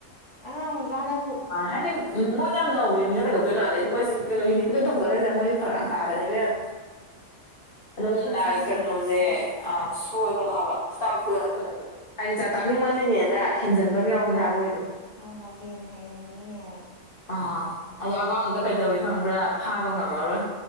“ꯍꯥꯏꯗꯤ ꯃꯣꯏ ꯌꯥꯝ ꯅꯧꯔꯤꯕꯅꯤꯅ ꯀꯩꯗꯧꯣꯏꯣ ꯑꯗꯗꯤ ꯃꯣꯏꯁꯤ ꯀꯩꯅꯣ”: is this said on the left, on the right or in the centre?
Left